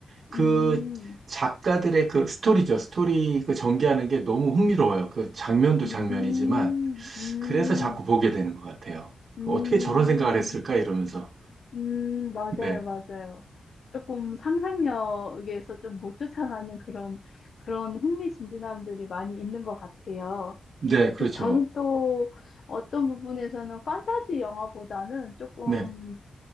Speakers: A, on the right (about 60°); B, on the left (about 55°).
A: 그
B: 음.
A: 작가들의 그 스토리죠. 스토리 그 전개하는 게 너무 흥미로워요. 그 장면도
B: 음,
A: 장면이지만
B: 음,
A: 그래서 자꾸 보게 되는 것 같아요.
B: 음,
A: 어떻게 저런 생각을 했을까 이러면서.
B: 음, 맞아요,
A: 네.
B: 맞아요. 조금 상상력에서 좀 못 쫓아가는 그런, 그런 흥미진진함들이 많이 있는 것 같아요.
A: 네, 그렇죠.
B: 근데 저는 또 어떤 부분에서는 판타지 영화보다는 조금
A: 네.